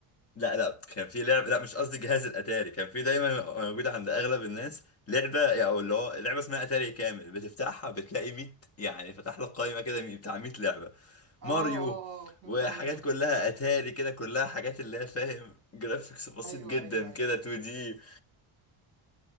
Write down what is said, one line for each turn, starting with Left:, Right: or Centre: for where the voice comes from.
Left: لا لا كان في لعبه لا مش قصدي جهاز الاتاري كان في دايما
Right: مم.
Left: موجوده عند اغلب الناس لعبه يعني او اللي هو لعبه اسمها اتاري كامل بتفتحها بتلاقي 100 يعني فتح لك قائمه كده مية- بتاع 100 لعبه
Right: اه
Left: ماريو
Right: اه اه فهمت
Left: وحاجات
Right: قصدك
Left: كلها اتاري كده كلها حاجات اللي هي فاهم جرافيكس بسيط
Right: ايوه
Left: جدا
Right: ايوه ايوه
Left: كده 2 دي